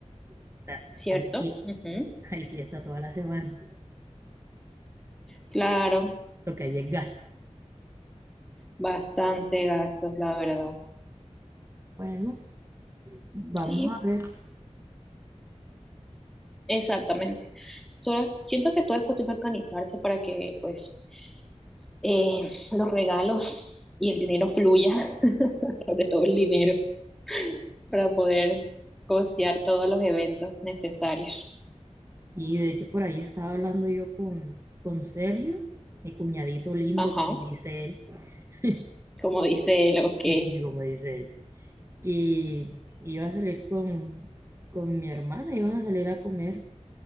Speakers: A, on the right; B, in the centre.
A: O sea,
B: cierto.
A: hay, fie-
B: Ujú,
A: <laughs> hay fiesta toda la semana.
B: Claro,
A: Lo que hay es gasto.
B: bastante gastos, la verdad.
A: Bueno, vamos
B: Sí,
A: a ver.
B: exactamente. solo siento que todo es cuestión de organizarse para que pues eh, los regalos y el dinero fluya, <laughs> sobre todo el dinero. para poder costear todos los eventos necesarios.
A: Y de hecho por ahí estaba hablando yo con, con Sergio, mi cuñadito lindo,
B: Ajá,
A: como dice él. <laughs>
B: como dice él, ok.
A: Sí, sí, sí, como dice él. Que iba a salir con, con mi hermana, iban a salir a comer.